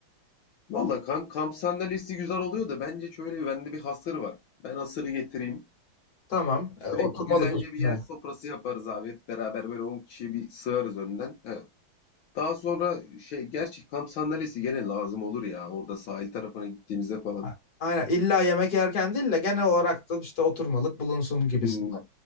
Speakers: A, on the left; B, on the left.
A: Valla kamp, kamp sandalyesi güzel oluyor da bence şöyle bende bir hasır var. Ben hasırı getireyim.
B: Tamam.
A: Şöyle
B: E, oturmalık
A: güzelce
B: üstüne.
A: bir yer sofrası yaparız abi. Hep beraber böyle 10 kişiyi bir sığarız önden. Daha sonra şey gerçi kamp sandalyesi gene lazım olur ya orada sahil tarafına gittiğimizde falan.
B: A- Aynen. İlla yemek yerken değil de genel olarak da işte oturmalık bulunsun gibisin.
A: Hmm,